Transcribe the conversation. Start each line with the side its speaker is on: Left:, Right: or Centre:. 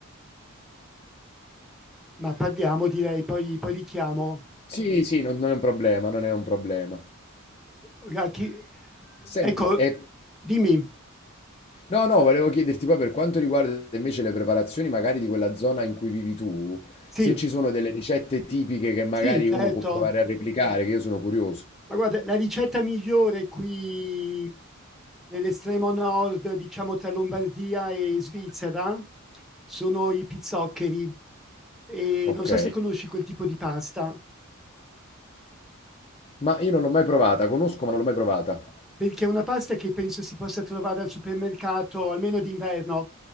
Centre: ma parliamo, direi, poi, poi richiamo.
Left: Sì, sì, non, non è un problema, non è un problema.
Centre: Ra- chi-
Left: Senti,
Centre: Ecco,
Left: e
Centre: dimmi.
Left: No, no, volevo chiederti poi per quanto riguarda invece le preparazioni magari di quella zona in cui vivi tu,
Centre: Sì,
Left: se ci sono delle ricette tipiche che magari
Centre: sì, certo.
Left: uno può provare a replicare, che io sono curioso.
Centre: Ma guarda, la ricetta migliore qui dell'estremo nord, diciamo tra Lombardia e Svizzera, sono i pizzoccheri. E
Left: Ok.
Centre: non so se conosci quel tipo di pasta.
Left: Ma io non l'ho mai provata, conosco ma non l'ho mai provata.
Centre: Perché è una pasta che penso si possa trovare al supermercato, almeno d'inverno.